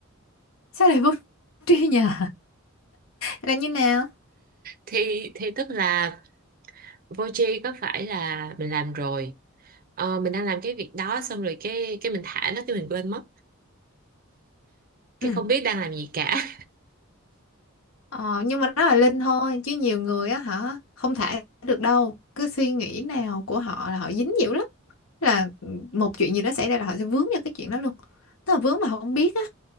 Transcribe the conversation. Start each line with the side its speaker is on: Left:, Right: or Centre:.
Left: sao lại vô tri nhờ là như nào
Right: thì thì tức là Voji có phải là mình làm rồi ờ, mình đang làm cái việc đó xong rồi cái cái mình thả nó cái mình quên mất cái
Left: ừ
Right: không biết đang làm gì cả
Left: Ờ, nhưng mà đó là Linh thôi chứ nhiều người á hả không thể được đâu cái suy nghĩ nào của họ là họ dính dữ lắm là một chuyện gì đó xảy ra là họ sẽ vướng vào cái chuyện đó luôn tức là vướng mà họ không biết á